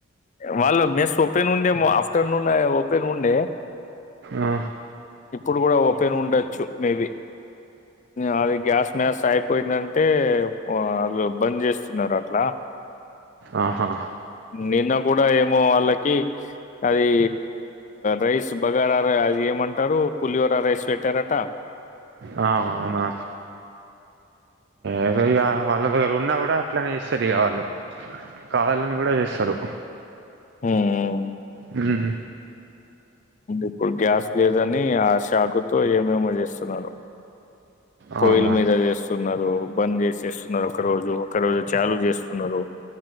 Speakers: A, on the left (about 35°); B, on the right (about 60°).
A: వాళ్ళ మెస్ ఓపెన్ ఉందేమో ఆఫ్టర్నూన్ ఓపెన్ ఉండే
B: ఆ
A: ఇప్పుడు కూడ ఓపెన్ ఉండచ్చు మేబి అ గ్యాస్ మ్యాస్ పోయిందంటే అ బంద్ చేస్తున్నరు అట్లా
B: అ హా
A: నిన్న కూడా ఏమో వాళ్ళకి అదీ రైస్ బగారారై ఏమంటారు పులిహోర రైస్ పెట్టారంట
B: ఆ అవునా ఏదొ ఇగ వాల్ల దగ్గర ఉన్న కూడ అట్లానే ఇస్తారిగా వాళు కావాలని కూడా చేస్తారు
A: ఊ మ్
B: ఉమ్
A: ఇప్పుడు గ్యాస్ లేదని ఆ షాకుతో ఏమేమో చేస్తున్నరు పొయిల
B: అవునా
A: మీద చేస్తున్నారు బంద్ చేసేస్తున్నారు ఒక రోజు ఒక రోజు చాల చేస్తున్నారు